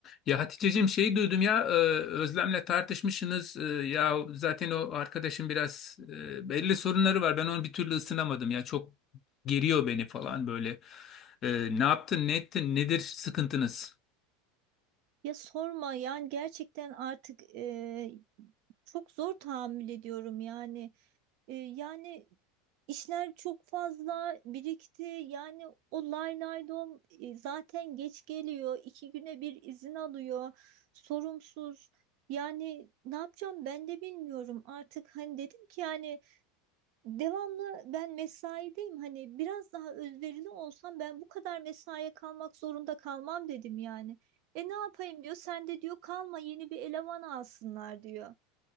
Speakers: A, on the left; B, on the right.
A: Ya Haticeciğim şeyi duydum ya e, Özlem'le tartışmışsınız. E, Ya zaten o arkadaşım biraz e, belli sorunları var. Ben onu bir türlü ısınamadım ya. Çok geriyor beni falan böyle. E, Ne yaptın, ne ettin, nedir sıkıntınız?
B: Ya sorma yani gerçekten artık e, çok zor tahammül ediyorum yani. E, yani işler çok fazla birikti. Yani o lay lay dom e, zaten geç geliyor. iki güne bir izin alıyor. Sorumsuz. Yani ne yapacağım ben de bilmiyorum. Artık hani dedim ki yani Devamlı ben mesaideyim hani biraz daha özverili olsam ben bu kadar mesaiye kalmak zorunda kalmam dedim yani. E ne yapayım diyor sen de diyor kalma yeni bir eleman alsınlar diyor.